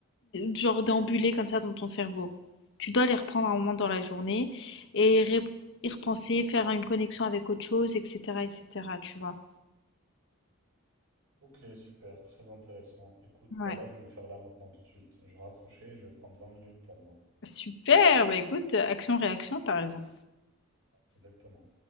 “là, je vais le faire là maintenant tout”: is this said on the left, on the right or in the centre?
Right